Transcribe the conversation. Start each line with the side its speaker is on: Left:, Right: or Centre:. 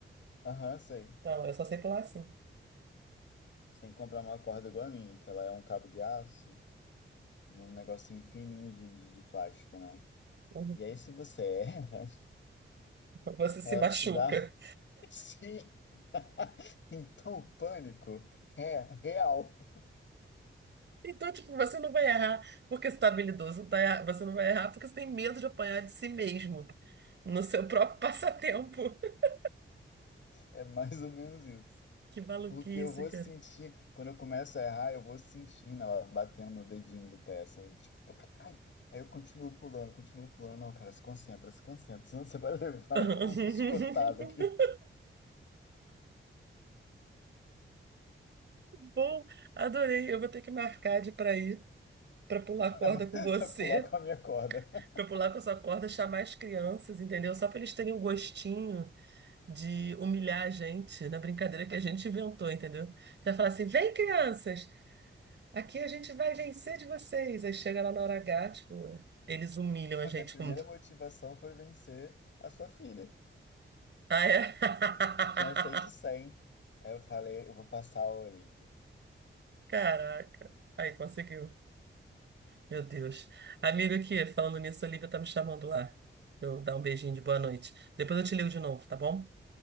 Left: Aham, sei.
Right: Não, eu só sei pular assim.
Left: Você tem que comprar uma corda igual a minha, que ela é um cabo de aço num negocinho fininho de, de, de plástico, né?
Right: <laughs>
Left: E aí, se você erra, <laughs>
Right: Você se
Left: ela
Right: machuca.
Left: te dá. <laughs> Sim! <laughs> Então, o pânico é real.
Right: Então, tipo, você não vai errar porque você está habilidoso, tá erra- você não vai errar porque você tem medo de apanhar de si mesmo, no seu próprio passatempo. <laughs>
Left: É mais ou menos isso.
Right: Que maluquice,
Left: Porque eu vou
Right: cara.
Left: sentir, quando eu começo a errar, eu vou sentindo ela batendo no dedinho do pé, assim, tipo, puc, ai. Aí eu continuo pulando, continuo pulando. Não, cara, se concentra, se concentra, senão você vai <laughs> levar
Right: <laughs>
Left: uma chicotada aqui <laughs>
Right: Bom, adorei. Eu vou ter que marcar de para ir, para pular corda
Left: pra
Right: com você,
Left: pra pular com a minha corda. <laughs>
Right: para pular com a sua corda, chamar as crianças, entendeu? Só para eles terem um gostinho de humilhar a gente na brincadeira que a gente inventou, entendeu? Já falar assim: vem, crianças! Aqui a gente vai vencer de vocês. Aí chega lá na hora H, tipo, eles humilham a
Left: A
Right: gente
Left: minha primeira
Right: com.
Left: motivação foi vencer a sua filha.
Right: Ah, é? <laughs>
Left: que tinha feito 100, Aí eu falei, eu vou passar a Olivia.
Right: Caraca. Aí conseguiu. Meu Deus. Amigo aqui, falando nisso, a Olivia tá me chamando lá. Eu vou dar um beijinho de boa noite. Depois eu te ligo de novo, tá bom?